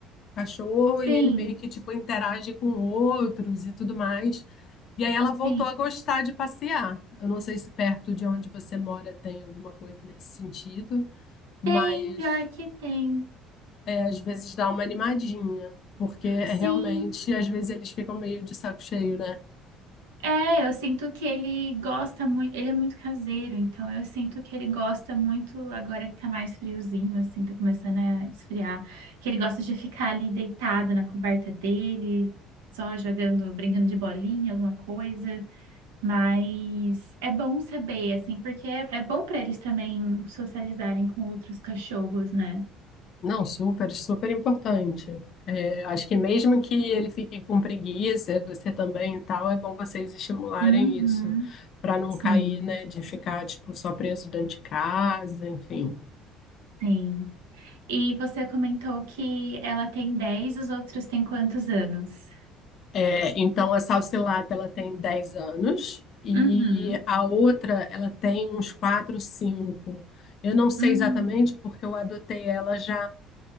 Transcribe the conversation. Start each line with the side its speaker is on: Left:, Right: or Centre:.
Left: cachorro
Right: sim,
Left: e ele meio que tipo interage com outros e tudo mais. E aí ela voltou
Right: sim.
Left: a gostar de passear. Eu não sei se perto de onde você mora tem alguma coisa nesse sentido, mas
Right: Tem, pior que tem.
Left: é, às vezes dá uma animadinha, porque é,
Right: Sim.
Left: realmente às vezes eles ficam meio de saco cheio, né?
Right: É, eu sinto que ele gosta muito, ele é muito caseiro, então eu sinto que ele gosta muito, agora que tá mais friozinho, assim, tá começando a esfriar, que ele gosta de ficar ali deitado na coberta dele, só jogando, brincando de bolinha, alguma coisa, mas é bom saber, assim, porque é, é bom pra eles também socializarem com outros cachorros, né?
Left: Não, super, super importante. É, acho que mesmo que ele fique com preguiça, você também e tal, é bom vocês estimularem
Right: Uhum,
Left: isso, para não
Right: sim,
Left: cair, né, de ficar, tipo, só preso dentro de casa, enfim.
Right: sim. E você comentou que ela tem 10. os outros têm quantos anos?
Left: É, então, a Salsilata, ela tem 10 anos e
Right: Uhum.
Left: a outra, ela tem uns 4, 5. Eu não sei
Right: Hum.
Left: exatamente porque eu adotei ela já,